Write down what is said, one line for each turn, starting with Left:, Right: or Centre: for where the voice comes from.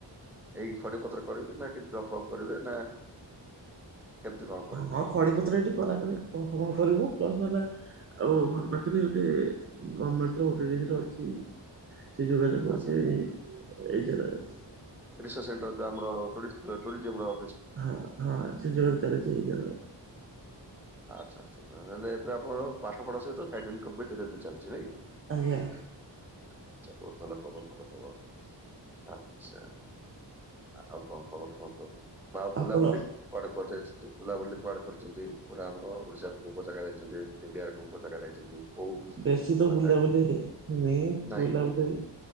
Centre: ଏଇ ଖଡିପତ୍ର କରିବେ ନା କିଛି ଜବ ଫବ କରିବେ ନା କେମିତି କଣ କରିବେ
Right: ହଁଁ ଖଡି ପତ୍ର ଏଠି କରା କରି କଣ କଣ କରିବୁ ପ୍ଲସ ହେଲେ ଆଉ ଘର ପାଖରେ ଗୋଟେ ଗମେଣ୍ଟ ଗୋଟେ ଦିଟା ଅଛି। ସେ ଯୋଗାଯୋଗ କରଛି
Centre: ଆଚ୍ଛା
Right: ଏଇ ଯାଗାରଛି।
Centre: ରିସର୍ଚ୍ଚ ସେଣ୍ଟର ଆମର ଟୁରିଷ୍ଟ ଟୁରିଜେମର
Right: ହଁ ହଁ, ସେ ଯୋଉ ଚାଲିଛି ଯୋ
Centre: ଆଚ୍ଛା ଆଚ୍ଛା ତା ମାନେ ଏବେ ଆପଣଙ୍କର ପାଠ ପଢା ସହିତ ପ୍ରାଇ ଟାଇମ କମ୍ପିଟେଟିଭ ଚାଲିଛି ନାଇଁ।
Right: ଆଜ୍ଞା।
Centre: ଆଛା ବହୁତ ଭଲ ଖବର ଭଲ ଖବର, ଆଚ୍ଛା। ଆଉ କଣ ଖବର କୁହନ୍ତୁ? ମାଉ ବୁଲାବୁଲି
Right: ଆପଣ
Centre: କୁଆଡେ କୁଆଡେ ଯାଇଛନ୍ତି ବୁଲାବୁଲି କୁଆଡେ କରିଛନ୍ତି? ପୁରା ଆମର ଓଡିଶା ର କୋଉ କୋଉ ଜାଗା ଯାଇଛନ୍ତି, ଇଣ୍ଡିଆରେ କୋଉ କୋଉ ଜାଗା ଯାଇଛନ୍ତି। କୋଉ
Right: ବେଶୀ
Centre: କୋଉ
Right: ତ ବୁଲାବୁଲି
Centre: ତାକୁ
Right: ନି
Centre: ନାହିଁ
Right: ବୁଲାବୁଲି